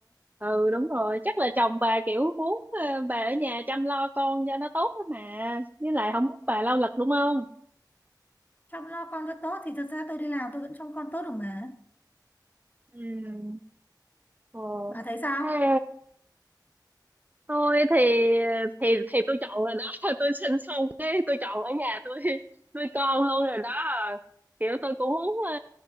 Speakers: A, on the right; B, on the left.
A: Ừ đúng rồi, chắc là chồng bà kiểu muốn ờ, bà ở nhà chăm lo con cho nó tốt đó mà. Với lại không muốn bà lao lực đúng không?
B: Chăm lo con cho tốt thì thật ra tôi đi làm tôi vẫn trông con tốt được mà.
A: ừ Ờ.
B: Bà thấy sao?
A: Thế tôi thì thì thì tôi chọn rồi đó <laughs> tôi sinh xong cái tôi chọn ở nhà tôi <laughs> nuôi con luôn rồi đó kiểu tôi cũng muốn ờ,